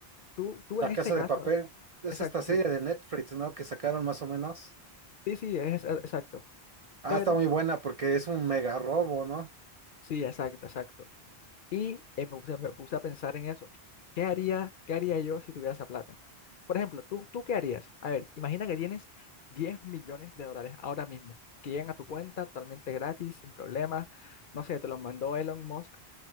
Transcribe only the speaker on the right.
La
Casa
de Papel es
esta serie
de Netflix, ¿no? Que sacaron más o menos.
Ah,
está muy buena porque es un mega robo, ¿no?